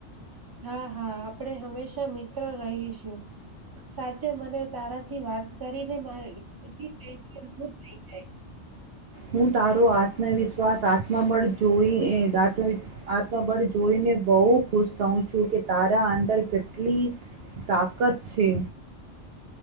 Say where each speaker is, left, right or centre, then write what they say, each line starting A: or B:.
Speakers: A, on the right (about 20°); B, on the right (about 65°).
A: હા હા આપણે હંમેશા મિત્ર રહીશું સાચે મને તારાથી વાત કરીને મા <inaudible> થઇ જાય છે.
B: હું તારો આત્મવિશ્વાસ આત્મબળ જોઈ એ આત્મબળ જોઈને બહુ ખુશ થઉં છું કે તારા અંદર કેટલી તાકત છે